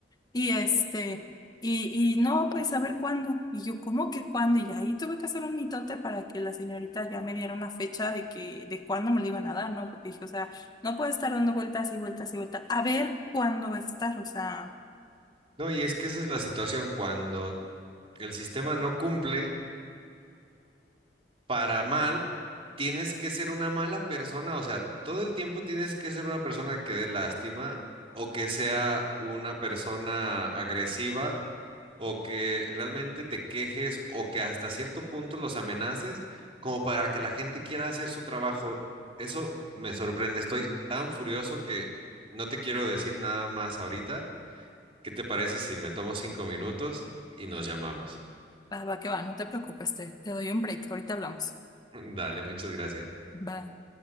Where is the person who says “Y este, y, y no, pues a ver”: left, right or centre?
Left